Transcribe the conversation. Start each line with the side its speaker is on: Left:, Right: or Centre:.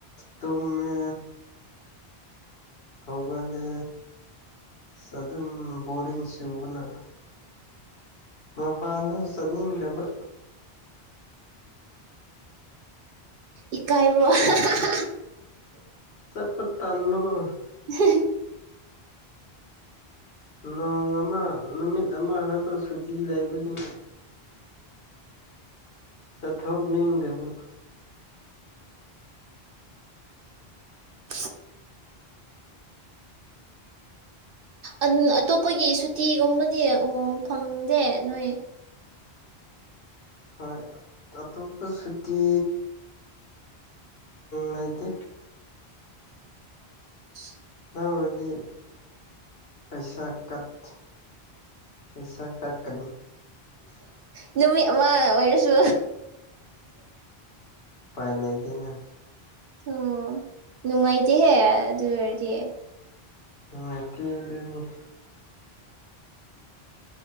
Left: ꯇꯨꯃꯦ ꯍꯧꯒꯂꯦ ꯑꯁ ꯑꯗꯨꯝ ꯕꯣꯔꯤꯡ ꯆꯨꯕꯅ ꯃꯄꯥꯟꯗꯨ ꯆꯠꯅꯤꯡꯗꯕ
Right: ꯏ ꯀꯥꯏꯕꯣ <unintelligible>
Left: ꯆꯠꯄ ꯇꯥꯟꯕꯒꯣ
Right: <unintelligible>
Left: ꯅꯣꯡ ꯑꯃ ꯅꯨꯃꯤꯠ ꯑꯃꯈꯛꯇ ꯁꯨꯇꯤ ꯂꯩꯕꯅꯤ ꯆꯠꯊꯣꯛꯅꯤꯡꯗꯦꯕ
Right: <unintelligible> ꯑꯗꯨ ꯑꯇꯣꯞꯄꯒꯤ ꯁꯨꯇꯤꯒꯨꯝꯕꯗꯤ ꯎ ꯐꯪꯗꯦ ꯅꯣꯏ꯫
Left: ꯍꯣꯏ ꯑꯇꯣꯞꯄ ꯁꯨꯇꯤ ꯂꯩꯇꯦ
Right: <unintelligible>
Left: ꯇꯥꯎꯔꯗꯤ ꯄꯩꯁꯥ ꯀꯠ ꯄꯩꯁꯥ ꯀꯠꯀꯅꯤ
Right: ꯅꯨꯃꯤꯠ ꯑꯃ ꯑꯣꯏꯔꯁꯨ
Left: ꯄꯥꯏ ꯂꯩꯗꯦꯅ
Right: ꯑꯣ ꯅꯨꯡꯉꯥꯏꯇꯦꯍꯦ ꯑꯗꯨ ꯑꯣꯏꯔꯗꯤ
Left: ꯅꯨꯪꯉꯥꯏꯇꯦ ꯑꯗꯨꯅꯤ